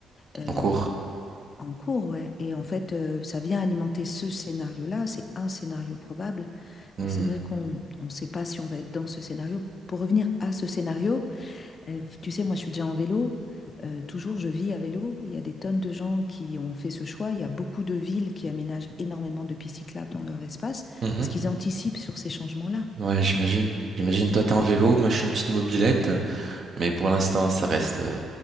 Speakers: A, on the left; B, on the right.
A: euh,
B: En cours.
A: en cours, ouais. Et en fait, euh, ça vient alimenter ce scénario-là. C'est un scénario probable,
B: Hmm.
A: mais c'est vrai qu'on ne sait pas si on va être dans ce scénario. Pour revenir à ce scénario, euh, tu sais, moi, je suis déjà en vélo. Euh, toujours, je vis à vélo. Il y a des tonnes de gens qui ont fait ce choix. Il y a beaucoup de villes qui aménagent énormément de pistes cyclables dans leur espace
B: Mhm.
A: parce qu'ils anticipent sur ces changements-là.
B: Ouais, j'imagine. J'imagine, toi,
A: Mhm.
B: t'es en vélo, moi, je suis en petite mobilette. Mais pour l'instant, ça reste euh,